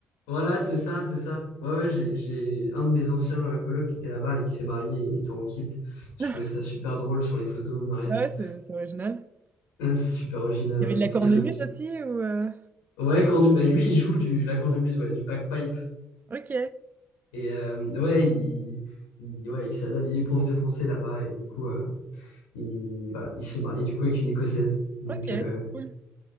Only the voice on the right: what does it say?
<laughs>
Ah ouais, c'est c'est original.
Il
y avait de la
cornemuse
aussi ou euh,
OK,
OK,
cool.